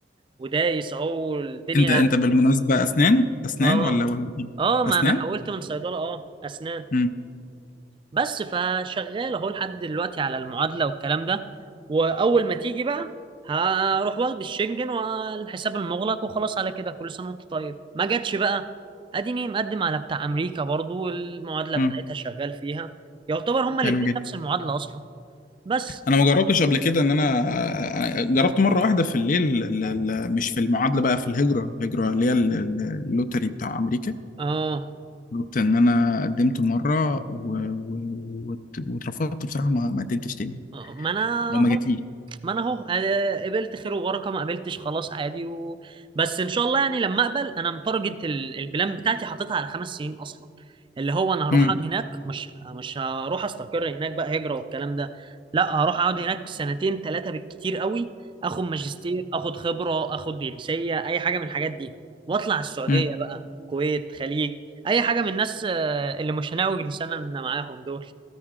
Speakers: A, on the right; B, on the left.
A: ودايس اهو الدنيا
B: أنت أنت بالمناسبة أسنان أسنان
A: اه
B: ولا ولا إيه؟
A: اه ما
B: أسنان
A: انا حولت من صيدله اه اسنان
B: امم
A: بس فشغال اهو لحد دلوقتي على المعادله والكلام ده واول ما تيجي بقى هروح واخد الشنجن والحساب المغلق وخلاص على كده كل سنه وانت طيب ما جاتش بقى اديني مقدم على بتاع امريكا برضو والمعادله
B: امم
A: بتاعتها شغال فيها يعتبر هما الاتنين
B: حلو جدا
A: نفس المعادله اصلا بس
B: أنا ما جربتش قبل كده إن أنا آه، جربت مرة واحدة في الليل ال- ال- مش في المعادلة بقى في الهجرة الهجرة اللي هي ال- ال- اللوتري بتاع أمريكا
A: اه
B: جربت إن أنا قدمت مرة و... و... وات- واترفضت بصراحة ما ما قدمتش تاني
A: آه، ما انا
B: أو ما
A: اهو
B: جاتليش
A: ما انا اهو آه، قبلت خير وبركه ما قبلتش خلاص عادي و... بس ان شاء الله يعني لما اقبل انا متارجت ال- البلان بتاعتي حاططها على خمس سنين اصلا اللي هو انا هروح
B: امم
A: اقعد هناك مش مش هروح استقر هناك بقى هجره والكلام ده لا هروح اقعد هناك سنتين ثلاثه بالكتير قوي اخد ماجستير اخد خبره اخد جنسيه اي حاجه من الحاجات دي واطلع السعوديه
B: امم
A: بقى كويت خليج اي حاجه من الناس آه، اللي مش هنعوج لساننا معاهم دول